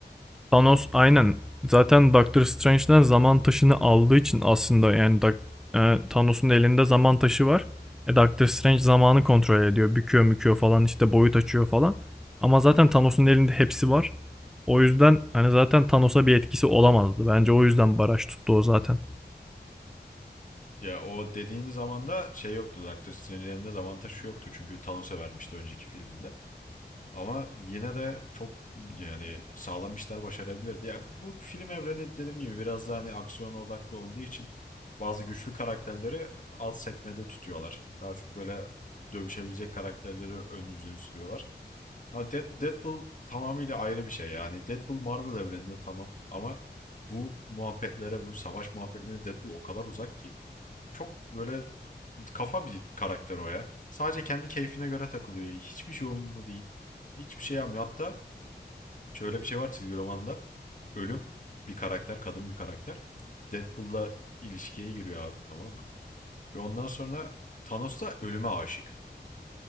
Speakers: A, in the centre; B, on the left.
A: Thanos aynen. Zaten Doctor Strange'den zaman taşını aldığı için aslında yani Doc- e, Thanos'un elinde zaman taşı var. E, Doctor Strange zamanı kontrol ediyor. Büküyor müküyor falan işte boyut açıyor falan. Ama zaten Thanos'un elinde hepsi var. O yüzden hani zaten Thanos'a bir etkisi olamazdı. Bence o yüzden baraj tuttu o zaten.
B: Ya o dediğin zamanda şey yoktu. Doctor Strange'in elinde zaman taşı yoktu. Çünkü Thanos'a vermişti önceki filminde. Ama yine de çok yani sağlam işler başarabilirdi. Ya bu film evreni dediğim gibi biraz daha hani aksiyona odaklı olduğu için bazı güçlü karakterleri alt sekmede tutuyorlar. Daha çok böyle dövüşebilecek karakterleri ön yüzüne sürüyorlar. Ama Dead- Deadpool tamamıyla ayrı bir şey yani. Deadpool Marvel evreninde tamam ama bu muhabbetlere, bu savaş muhabbetlerine Deadpool o kadar uzak ki. Çok böyle kafa bir karakter o ya. Sadece kendi keyfine göre takılıyor. Hiçbir şey umurunda değil. Hiçbir şey yapmıyor. Hatta şöyle bir şey var çizgi romanda. Ölüm bir karakter, kadın bir karakter. Deadpool'la ilişkiye giriyor abi tamam mı? Ve ondan sonra Thanos da ölüme aşık.